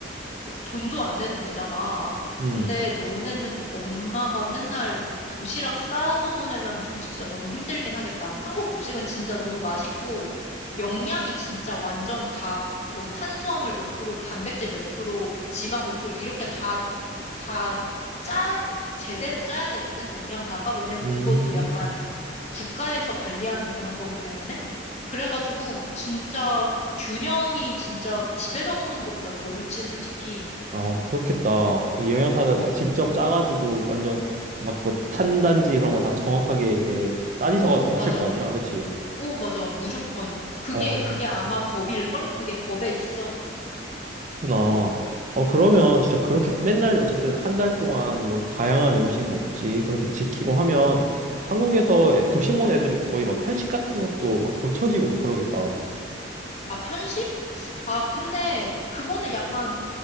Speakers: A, on the left (about 35°); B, on the right (about 40°).
A: 어, 돈도 안 내도 되잖아.
B: 음,
A: 근데 너네는 엄마가 맨날 그 도시락 싸서 보내려면 좀 진짜 너무 힘들긴 하겠다. 한국 급식은 진짜 너무 맛있고 영양이 진짜 완전 다 뭐 탄수화물 몇 프로, 단백질 몇 프로, 지방 몇 프로 이렇게 다 다 짜 제대로 짜야 되거든, 영양사가. 왜냐면
B: 음,
A: 그것도 약간 국가에서 관리하는 그런 거기 때문에 그래가지고 진짜 균형이 진짜 집에서 먹는 것보다 더 좋지 솔직히.
B: 아, 그렇겠다. 이 영양사들
A: 어,
B: 다 직접 짜가지고 완전 막 뭐 탄단지 그런 거 다 정확하게 이렇게 따지셔가지고
A: 오
B: 하실
A: 맞아,
B: 거 아니야, 그치?
A: 오 맞아, 무조건 그게
B: 어,
A: 그게 아마 법일걸? 그게 법에 있어.
B: 그렇구나. 어, 그러면
A: 어,
B: 진짜 그렇게 맨날 어쨌든 한 달 동안 뭐 다양한 음식 먹지, 그렇게 지키고 하면 한국에서
A: 어.
B: 애- 급식 먹는 애들은 거의 막 편식 같은 것도 막 고쳐지고 막 그러겠다.
A: 아 편식? 아 근데 그거는 약간